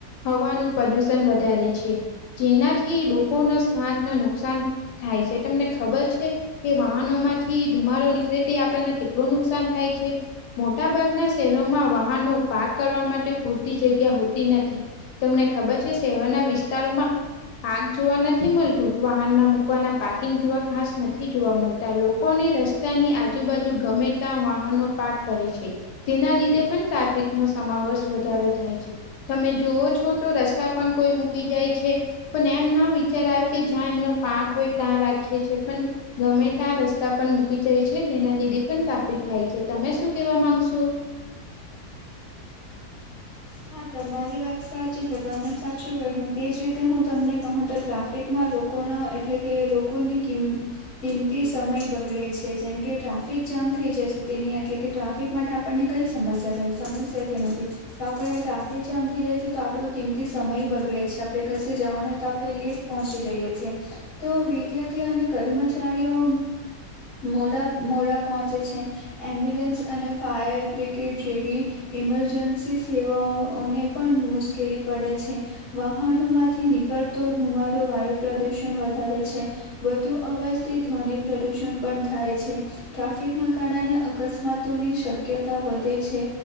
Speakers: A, on the left (about 85°); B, on the left (about 65°).
A: હોવાનું પ્રદૂષણ. વધારે છે, જેનાથી લોકોના સ્વાસ્થ્યને નુકસાન. થાય છે, તમને ખબર છે. કે વાહનોમાંથી ધુમાડો નીકળે તે, આપણને કેટલું નુકસાન થાય છે. મોટા ભાગના શહેરોમાં વાહનો પાર્ક કરવા માટે પૂરતી જગ્યા હોતી નથી. તમને ખબર છે, શહેરના વિસ્તારમાં આગ જોવા નથી મળતું, વાહન મૂકવાના પાર્કિંગ જોવા ખાસ નથી મળતા, લોકોની રસ્તા પોતાની આજુબાજુ ગમે ત્યાં વાહનો પાર્ક કરે છે. તેના લીધે પણ ટ્રાફિકનો સમાવેશ વધારો થાય છે, તમે જોવો છો, તો રસ્તા. પણ કોઈ મૂકી જાય છે, પણ એમ ના. અત્યારે આવે કે, જ્યાં એમનો પાર્ક હોય ત્યાં રાખીએ છે, પણ ગમે ત્યાં રસ્તા પર મૂકી જાય છે, તેના લીધે પણ ટ્રાફિક થાય છે, તમે શું કહેવા માંગશો?
B: હા, તમારી વાત સાચી છે, તમે ને સાચું કહ્યું, એ જ રીતે હું તમને કહું તો ટ્રાફિક. માં લોકોના, એટલે કે લોકોની કિંમત કિંમતી સમય બગડે છે, જેમ કે ટ્રાફિક જામ થઈ જાય છે, તેના એટલે કે ટ્રાફિક માટે. પણની કઈ સમસ્યા થાય, સમસ્યા તે નથી. તો આપડે ટ્રાફિક જામ થથી જાય છે, તો આપડો કિમતી સમય બગડે છે, આપડે ક જવાનું તો. લેટ પહોંચી જઈએ છીએ તો, વિદ્યાર્થીઓ અને કર્મચારીઓ મોડા-મોડા પહોંચે છે. એમ્બ્યુલન્સ અને ફાયર બ્રિગેડ જેવી ઇમરજન્સી સેવાઓને પણ મુશ્કેલી પડે છે. વાહનો માંથી નીકળતો ધુમાડો વાયુ પ્રદુષણ વધારે છે. વધુ અવાજથી ધ્વનિ પ્રદુષણ પણ થાય છે. ટ્રાફિકના કારણે અકસ્માતોની શક્યતા વધે છે.